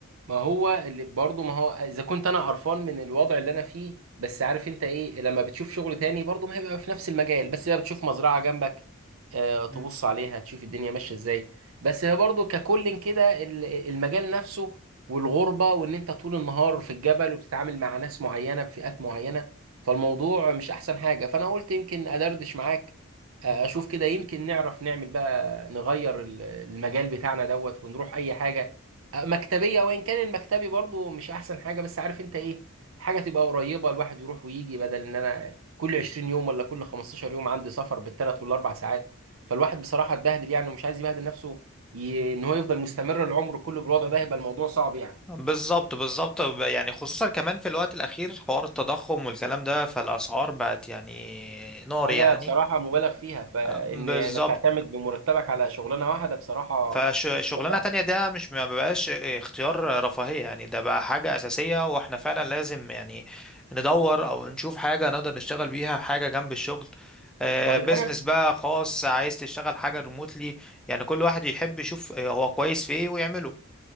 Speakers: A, on the right; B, in the centre.
A: ما هو اللي برضه ما هو اذا كنت انا قرفان من الوضع اللي انا فيه بس عارف انت ايه لما بتشوف شغل تاني برضه ما هيبقى في نفس المجال بس بقى بتشوف مزرعه جنبك آه تبص
B: مم.
A: عليها تشوف الدنيا ماشيه ازاي بس هي برضه ككل كده ال- المجال نفسه والغربه وان انت طول النهار في الجبل وبتتعامل مع ناس معينه بفئات معينه فالموضوع مش احسن حاجه فانا قلت يمكن ادردش معاك آه،
B: مم.
A: اشوف كده يمكن نعرف نعمل بقى نغير ال- المجال بتاعنا دوت ونروح اي حاجه مكتبية وإن كان المكتبي برضو مش أحسن حاجة بس عارف أنت إيه حاجة تبقى قريبة الواحد يروح ويجي بدل إن أنا كل 20 يوم ولا كل 15 يوم عندي سفر بالثلاث والأربع ساعات فالواحد بصراحة اتبهدل يعني ومش عايز يبهدل نفسه ي... إن هو يفضل مستمر العمر كله بالوضع ده هيبقى الموضوع صعب يعني
B: بالظبط بالظبط يعني خصوصا كمان في الوقت الأخير حوار التضخم والكلام ده فالأسعار بقت يعني نار
A: حاجة
B: يعني
A: بصراحة مبالغ فيها فإن
B: بالظبط
A: إنك تعتمد بمرتبك على شغلانة واحدة بصراحة
B: فشغلانة
A: حاجة صعبة
B: تانية ده مش ما بقاش اختيار رفاهية يعني ده بقى حاجة أساسية واحنا فعلا لازم يعني ندور أو نشوف حاجة نقدر نشتغل بيها حاجة جنب الشغل آه،
A: طيب
B: بيزنس
A: أنا
B: بقى خاص عايز تشتغل حاجة ريموتلي يعني كل واحد يحب يشوف هو كويس في ايه ويعمله